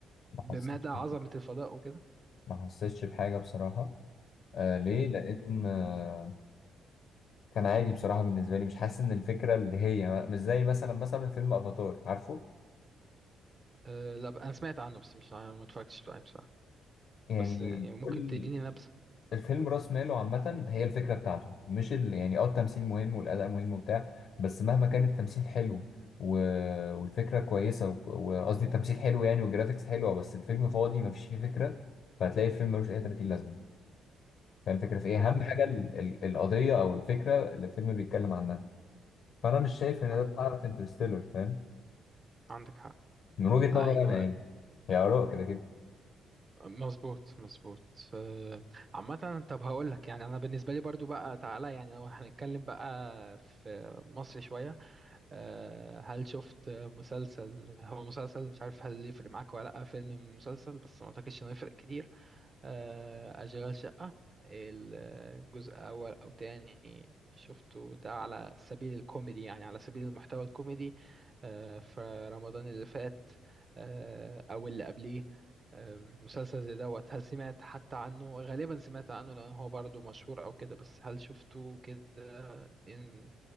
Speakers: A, on the left; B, on the right.
A: ما
B: بمدى
A: حسيتش
B: عظمه الفضاء وكده
A: ما حسيتش بحاجة بصراحة آه ليه؟
B: امم
A: لأن آه كان عادي بصراحة بالنسبة لي مش حاسس إن الفكرة اللي هي مش زي مثلا مثلا فيلم أفاتار عارفه؟
B: أه لا ب- انا سمعت عنه بس مش عارف- ما اتفرجتش عليه بصراحه
A: يعني
B: بس يعني ممكن
A: كل
B: تديني نبذه
A: الفيلم راس ماله عامة هي الفكرة بتاعته مش ال... يعني اه التمثيل مهم والأداء مهم وبتاع بس مهما كان التمثيل حلو و... والفكرة كويسة و- وقصدي التمثيل حلو يعني والجرافيكس حلوة بس الفيلم فاضي مفيش فيه فكرة فهتلاقي الفيلم ملوش أي 30 لازمة فاهم الفكرة في إيه
B: هو عن...
A: أهم حاجة ال... ال... القضية أو الفكرة اللي الفيلم بيتكلم عنها فأنا مش شايف إن ده
B: عن-
A: اتحقق في انترستيلر فاهم
B: عندك حق
A: من وجهة
B: ايوه
A: نظري أنا يعني هي آراء كده كده
B: مظبوط مظبوط آه، عامة طب هقول لك يعني انا بالنسبة لي برضو بقى تعالى يعني لو هنتكلم بقى في مصر شوية آه، هل شفت مسلسل هو مسلسل مش عارف هل يفرق معاك ولا لا فيلم مسلسل بس ما اعتقدش انه يفرق كتير آه، أشغال شقة الجزء أول أو تاني شفته ده على سبيل الكوميدي يعني على سبيل المحتوى الكوميدي آه، في رمضان اللي فات آه، أو اللي قبليه آم، مسلسل زي دوت هل سمعت حتى عنه غالبا سمعت عنه لأن هو برضه مشهور أو كده بس هل شفته كده إن